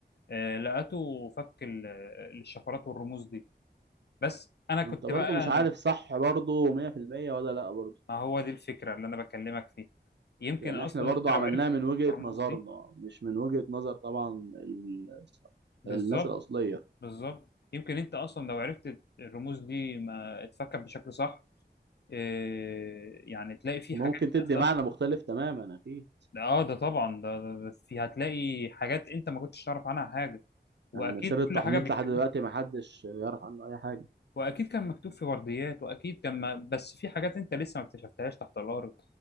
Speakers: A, on the left (about 70°); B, on the right (about 80°).
A: آه، لقته فك ال- الشفرات والرموز دي بس انا كنت
B: وأنت برضو
A: بقى
B: مش
A: انا
B: عارف صح برضو 100% ولا لأ برضو
A: ما هو دي الفكره اللي انا بكلمك فيها يمكن
B: يعني
A: اصلا
B: احنا برضو
A: انت لو
B: عملناها
A: عرفت
B: من وجهة
A: الرموز
B: نظرنا
A: دي
B: مش من وجهة نظر طبعا ال...
A: بالظبط
B: الناس الأصلية
A: بالظبط يمكن انت اصلا لو عرفت الرموز دي ما اتفكت بشكل صح إيه، يعني تلاقي فيه
B: ممكن
A: حاجات
B: تدي
A: نازلة-
B: معنى مختلف تماما أكيد
A: اه ده طبعا ده, ده, ده في هتلاقي حاجات انت ما كنتش تعرف عنها حاجه واكيد
B: يعني سر التحنيط
A: كل حاجه بيكتبوها
B: لحد دلوقتي ما حدش يعرف عنه اي حاجه
A: واكيد كان مكتوب في ورديات واكيد كان ما بس في حاجات انت لسه ما اكتشفتهاش تحت الارض